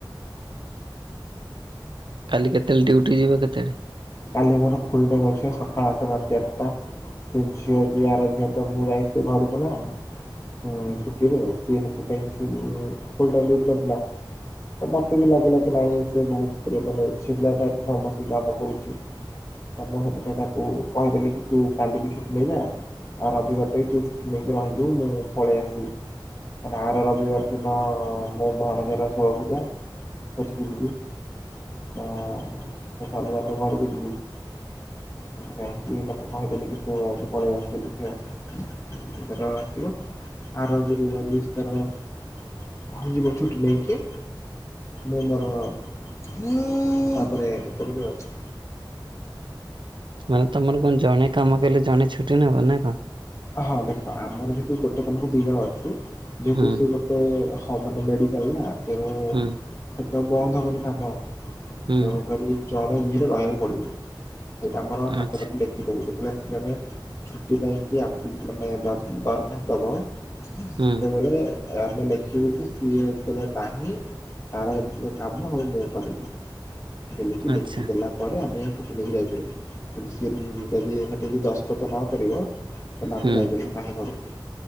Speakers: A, on the right (about 70°); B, on the left (about 35°).
A: କାଲି କେତେବେଳେ ଡ୍ୟୁଟି ଯିବ କେତେବେଳେ?
B: କାଲି ମୋର ଫୁଲ ଟାଇମ୍ ଅଛି ସକାଳ ଆଠ ଟା ରୁ ରାତି ଆଠଟା। ସେ ଝିଅ ଯିଏ ଆର ଝିଅ ଟା ମୁଁ ଯାଇଥିଲି ଘର କୁ ନା। ଉଁ ଛୁଟିରେ ସିଏ ସେଥିପାଇଁ ଛୁ ଫୁଲ ଟାଇମ ଡିୟୁଟି କରିଥିଲା। ତ ମତେ ବି ଲାଗିଲା କି ନାଇଁ ସେ ବହୁତ ରେ ମାନେ ଝିଅ ପିଲା ଟା ଏତେ ସମୟ ବସିକି କାମ କରୁଛି। ତ ମୁଁ ସେଥିପାଇଁ ତାକୁ କହିଦେଲି କି ତୁ କାଲିି କି ଛୁଟି ନେଇ ଯା ଆଉ ରବିବାର ଟା ବି ତୁ ଛୁଟି ନେଇକି ରହ। ହି ଯିବୁ ମୁଁ ପଳେଇ ଆଶିବି। କାଇଁ ନା ଆର ରବିବାର ଦିନ ମୋ ଭଣଜାର ଷୋଳ ପୂଜା। ସେଠିକି ଯିବି ତ ସେ ଶନିବାର ଦିନ ଘରକୁ ଯିବି। ସେଥି ପାଇଁ କି ତାକୁ କହିଦେଲେ କି ତୁ ଆଜି ପଳେଇ ଆସିବୁ କି ସେ ତାର ଆସି। ଆର ଗୁରୁବାର ବି ସେ ତାର ରହି ଯିବ ଛୁଟି ନେଇକି। ମୁ ମୋର ତାପରେ କରିିବି ଆଉ।
A: ମାନେ ତମର କଣ ଜଣେ କାମ କଲେ ଜଣେ ଛୁଟି ନବ ନା କଣ।
B: ହଁ ଦେଖ ଆମର ଯେହେତୁ ଗୋଟେ କାମ ଦି ଜଣ ଅଛୁ ଯେହେତୁ
A: ହୁଁ
B: ସେ ଗୋଟେ। ହଁ ମାନେ ମେଡିକାଲ ନା ତେଣୁ
A: ହୁଁ
B: ସେଥିପାଇଁ ବନ୍ଦ ହବନି କାମ।
A: ହୁଁ
B: ତେଣୁ କରି ଜଣେ ଯିଏ ହେଲେ ରହିବାକୁ ପଡିବ ସେଇଟା ଆମର ହାତ
A: ଆଚ୍ଛା
B: କାଟି ଲେଖିଦବୁ ସେ ପିଲା ଆସିଛି ଜଣେ ଛୁଟି ପାଇଁକି ଆ ମାନେ ଦ-ଦରଖାସ୍ତ ଦବ।
A: ହୁଁ
B: ସେତେବେଳେ ଆମେ ଲେଖିବୁ କି ସିଏ ଏତେବେଳେ ନାହିଁ। ତାର ଏମିତି କା‌ କାମ ହୁଏ ମୁଁ କରିବି ବେଲିକି
A: ଆଚ୍ଛା
B: ଲେଖିଦେଲା ପରେ ଆମେ। ଛୁଟି ନେଇକି ଯାଇପାରିବୁ ଯଦି ସିଏ ଯଦି ସେଠି ଦସ୍ତଖତ ନ କରିବ। ତାହେଲେ ଆମେ
A: ହୁଁ
B: ଯାଇପାରିବୁ ନାହିଁ ଘର କୁ।